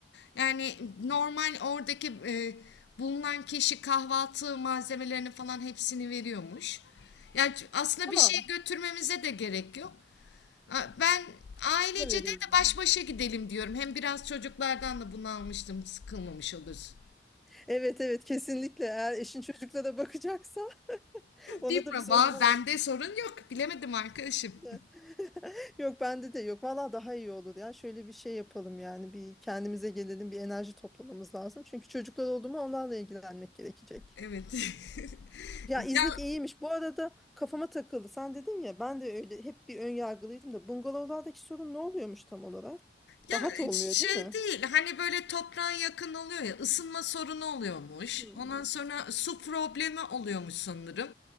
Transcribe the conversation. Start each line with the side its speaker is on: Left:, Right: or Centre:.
Left: Yani normal oradaki e, bulunan kişi kahvaltı malzemelerini falan hepsini veriyormuş. Yani aslında
Centre: Tamam.
Left: bir şey götürmemize de gerek yok. Ha, Ben ailece
Centre: da veriyor
Left: de de
Centre: yani.
Left: baş başa gidelim diyorum. Hem biraz çocuklardan da bunu almıştım. Sıkılmamış oluruz.
Centre: Evet evet kesinlikle eğer eşin çocuklara bakacaksa <laughs> ona
Left: Değil
Centre: da
Left: mi?
Centre: biz
Left: Va-
Centre: o zaman
Left: Bende
Centre: onu
Left: sorun yok. Bilemedim arkadaşım.
Centre: da-
Left: <laughs>
Centre: <laughs> yok bende de yok valla daha iyi olur ya şöyle bir şey yapalım yani bir kendimize gelelim bir enerji toplamamız lazım çünkü çocuklar oldu mu onlarla ilgilenmek gerekecek.
Left: Evet. <laughs>
Centre: Ya İznik
Left: Can,
Centre: iyiymiş. Bu arada kafama takıldı. Sen dedin ya ben de öyle hep bir ön yargılıydım da bungalovlardaki sorun ne oluyormuş tam olarak?
Left: Ya
Centre: Daha da olmuyor
Left: şey
Centre: değil mi?
Left: değil hani böyle toprağa yakın oluyor ya ısınma sorunu oluyormuş.
Centre: Hmm.
Left: Ondan sonra su problemi oluyormuş sanırım.